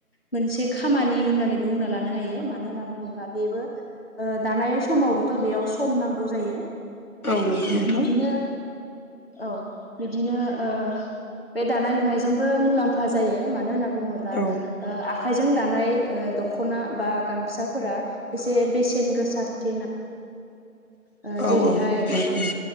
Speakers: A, on the left (about 40°); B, on the left (about 75°).
A: मोनसे खामानि होननानैबो बुंना लानो हायो मा मानो होनना बुङोब्ला बेबो दानाय समावबोथ' बेयाव सम नांगौ जायो।
B: औ नंगौ नोंथां
A: बिदिनो औ बिदिनो ओ बे लुनायजोंबो मुलाम्फा जायो मानो होनना बुङोब्ला
B: औ
A: आखायजों दानाय दखना बा गामसाफोरा एसे बेसेन गोसा <unintelligible> जेरैहाय
B: औ नंगौ